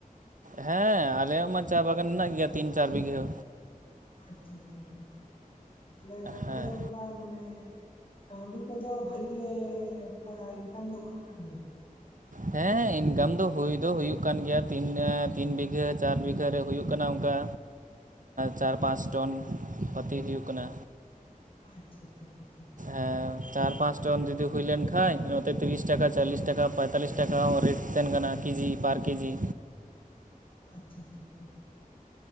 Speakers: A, on the right; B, on the left.
A: ᱦᱮᱸ ᱟᱞᱮᱭᱟᱜ ᱢᱟ ᱪᱟ ᱵᱟᱜᱟᱱ ᱢᱮᱱᱟᱜ ᱜᱮᱭᱟ ᱛᱤᱱ ᱪᱟᱨ ᱵᱤᱜᱷᱟᱹ᱾
B: ᱟᱪᱪᱷᱟ ᱟᱪᱪᱷᱟ ᱪᱷᱟ ᱪᱷᱟ ᱛᱷᱟᱞᱮ ᱜᱚᱢᱠᱮ
A: ᱦᱮᱸ
B: ᱚᱝᱠᱟ ᱢᱟᱱᱮ ᱠᱟᱹᱣᱰᱤ ᱠᱚᱫᱚ ᱵᱷᱟᱜᱤ ᱜᱮ ᱚᱝᱠᱟ ᱤᱱᱠᱟᱢ ᱫᱚ ᱜᱟᱱᱚᱜ ᱠᱟᱱ ᱜᱮᱭᱟ?
A: ᱦᱮᱸ ᱤᱱᱠᱟᱢ ᱫᱚ ᱦᱩᱭ ᱫᱚ ᱦᱩᱭᱩᱜ ᱠᱟᱱ ᱜᱮᱭᱟ ᱛᱤᱱ ᱛᱤᱱ ᱵᱤᱜᱷᱟᱹ ᱪᱟᱨ ᱵᱤᱜᱷᱟᱹ ᱨᱮ, ᱦᱩᱭᱩᱜ ᱠᱟᱱᱟ ᱚᱝᱠᱟ ᱪᱟᱨ ᱯᱟᱸᱪ ᱴᱚᱱ ᱯᱟᱹᱛᱤ ᱦᱩᱭᱩᱜ ᱠᱟᱱᱟ᱾
B: ᱟᱪᱪᱷᱟ ᱪᱷᱟᱪᱷᱟ ᱟᱪᱷᱟ ᱟᱪᱷᱟ
A: ᱮ ᱪᱟᱨ ᱯᱟᱸᱪ ᱴᱚᱱ ᱡᱩᱫᱤ ᱦᱩᱭ ᱞᱮᱱ ᱠᱷᱟᱡ ᱱᱚᱛᱮ ᱛᱤᱨᱤᱥ ᱴᱟᱠᱟ ᱪᱟᱞᱞᱤᱥ ᱴᱟᱠᱟ ᱯᱚᱸᱭᱛᱟᱞᱞᱤᱥ ᱴᱟᱠᱟ ᱦᱚᱸ ᱨᱮᱴ ᱛᱮᱱ ᱠᱟᱱᱟ ᱠᱤᱡᱤ ᱵᱟᱨ ᱠᱮᱡᱤ
B: ᱟᱪᱪᱷᱟ ᱪᱷᱟ ᱟᱪᱷᱟ ᱪᱷᱟ ᱪᱷᱟ ᱪᱟ